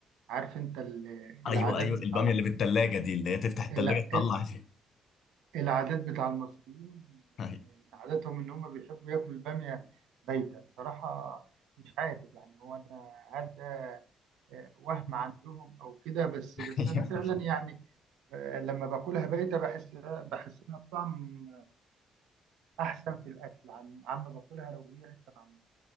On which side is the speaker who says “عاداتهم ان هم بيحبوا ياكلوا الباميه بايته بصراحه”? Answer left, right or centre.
Right